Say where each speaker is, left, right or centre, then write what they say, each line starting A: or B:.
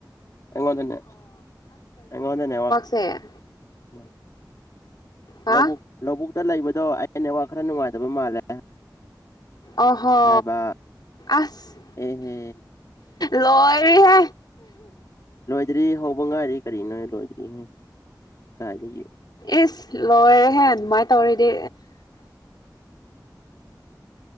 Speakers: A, on the left; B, on the left.
A: ꯑꯉꯣꯡꯗꯅꯦ ꯑꯉꯣꯡꯗ ꯅꯦꯠ
B: ꯁꯦ
A: ꯎ
B: ꯍꯥ
A: ꯂꯧꯕꯨꯛ ꯂꯧꯕꯨꯛꯇ ꯂꯩꯕꯗꯣ ꯑꯩꯩ ꯅꯦꯠꯋꯥꯛ ꯈꯔ ꯅꯨꯡꯉꯥꯏꯇꯕ ꯃꯥꯜꯂꯦ
B: ꯑꯣꯍꯣ
A: ꯍꯥꯏꯕ
B: ꯑꯁ
A: ꯑꯦꯍꯦ
B: ꯂꯣꯏꯔꯦꯍꯦ
A: ꯔꯣꯗꯔꯤꯍꯦ ꯍꯥꯎꯕꯗꯉꯥꯏꯔꯤ ꯀꯔꯤꯅꯣ ꯂꯣꯢꯗꯔꯤꯍꯦ ꯀꯥꯢꯗꯒꯤ
B: ꯑꯁ ꯂꯣꯏꯔꯦꯍꯦ ꯑꯗꯨꯃꯥꯏꯅ ꯇꯧꯔꯗꯤ